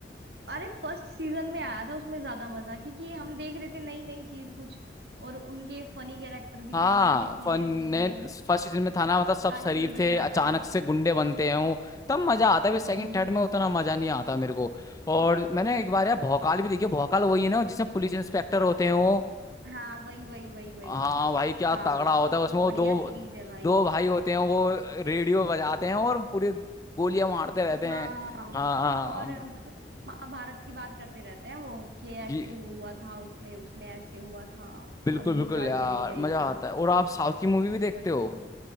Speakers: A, on the right; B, on the left.
A: अरे फर्स्ट सीजन में आया था उसमें ज्यादा मजा क्योंकि हम देख रहे थे नई नई चीज कुछ और उनके फनी कैरेक्टर भी
B: हाँ
A: थे उनके सीरियस
B: फन ने
A: भी थे
B: फर्स्ट सीजन में था ना मतलब सब
A: कालीन
B: शरीफ
A: भैया
B: थे अचानक
A: का
B: से गुंडे बनते हैं वो तब मजा आता है सेकंड
A: वही
B: थर्ड में उतना मजा नहीं आता मेरे को और मैंने एक बार यार भौकाल भी देखी भौकाल वही है ना जिसमें पुलिस इंस्पेक्टर होते हैं वो
A: हाँ वही वही वही वही
B: हाँ भाई क्या
A: हाँ
B: तगड़ा होता है उसमें वो
A: बढ़िया
B: दो
A: सीरीज है भाई
B: दो भाई होते हैं वो रेडियो बजाते हैं और पूरे गोलियां मारते रहते
A: हाँ
B: हैं हाँ हाँ
A: और अ, मतलब महाभारत की बात करते रहते हैं वो कि ऐसे
B: जी
A: हुआ था उसमें उसमें ऐसे हुआ था
B: बिल्कुल
A: अब ये
B: बिल्कुल
A: चाल
B: यार
A: चली जाएगी
B: मजा आता है और आप साउथ की मूवी भी देखते
A: बढ़िया
B: हो
A: थी